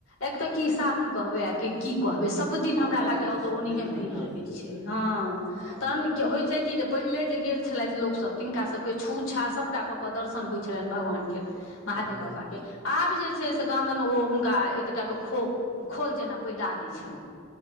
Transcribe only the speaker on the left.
एक तऽ की सावन कहबै आ की कहबै सब दिन
हमरा लागै
ओतय
ओनेहे
भीड़ रहै छैय
हँ
तहन होइ छैय की पहिले जे गेल छलैथ लोकसब तिनका सबके छू छा सभटा कऽ के दर्शन होय छलैन भगवान क महादेव
बाबा के आब जे छैय से कहा दुन ओ हुनका एटे टा के खो खोल जेना पहिरा दै छैन